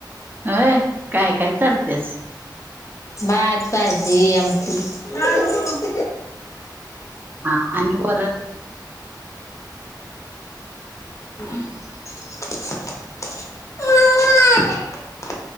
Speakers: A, on the right; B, on the left.
A: होय. काय काय चारत्यास
B: भात, भाजी आमटी.
A: हा आणि वर-
B: <inaudible>